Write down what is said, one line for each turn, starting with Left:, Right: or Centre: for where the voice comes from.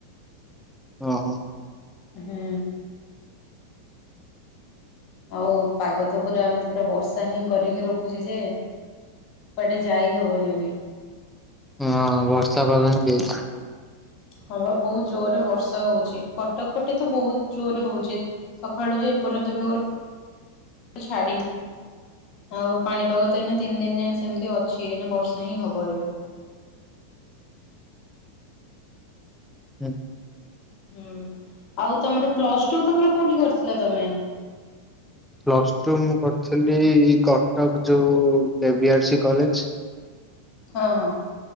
Centre: ଓହୋ।
Left: ହୁଁ। ଆଉ ପାଗ ତ ପୁରା ଏମିତି ପୁରା ବର୍ଷା ହିଁ କରିକି ରଖୁଚି ଯେ କୁଆଡେ ଯାଇ ହବନି ବି।
Centre: ହଁ ବର୍ଷା ପାଗ ହିଁ ଦେଇଚି।
Left: ହଁ ବା ବହୁତ ଜୋରେ ବର୍ଷା ହୋଉଚି। କଟକ ପଟେ ତ ବହୁତ ଜୋରେ ହୋଉଚି ସକାଳୁ ଯେ ଏ ପର୍ଯ୍ୟନ୍ତ ବି ଓଅରେ ଛାଡ଼ିିନି। ଆଉ ପାଣିପାଗ ତ ଏନେ ତିନ୍ ଦିନ୍ ଯାଏ ସେମିତି ଅଛି ଏନା ବର୍ଷା ହିଁ ହବ ଏବେ।
Centre: ହୁଁ।
Left: ହୁଁ ଆଉ ତମର ପ୍ଲସ୍ ଟୁ ତମର କୋଉଠି କରିଥିଲ ତମେ।
Centre: ପ୍ଲସ୍ ଟୁ ମୁଁ କରିଥିଲି କଟକ ଯୋଉ କେ ବି ଆର ସି କଲେଜ।
Left: ହଁ ହଁ